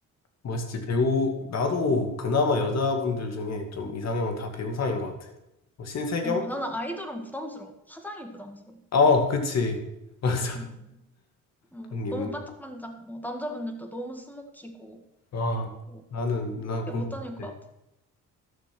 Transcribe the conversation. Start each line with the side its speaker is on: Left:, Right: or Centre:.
Left: 멋있지. 배우, 나도 그나마 여자분들 중에 좀 이상형은 다 배우상인 것 같아. 뭐 신세경?
Centre: 어, 나는 아이돌은 부담스러워 화장이 부담스러워
Left: 어, 그치. <laughs> 맞아.
Centre: 음, 어,
Left: 그런 게
Centre: 너무
Left: 있는
Centre: 반짝반짝
Left: 거.
Centre: 뭐 남자분들도 너무 스모키고
Left: 와,
Centre: 뭐
Left: 나는, 난 그런
Centre: 이게 못
Left: 거
Centre: 다닐 것
Left: 같아.
Centre: 같아